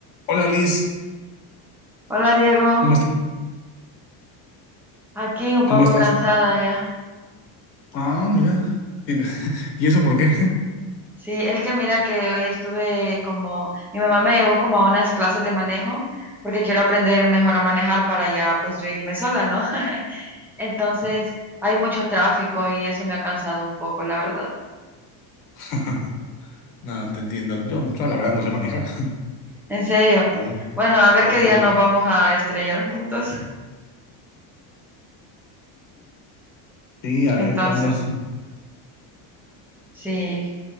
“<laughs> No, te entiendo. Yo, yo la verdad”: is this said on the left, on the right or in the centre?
Left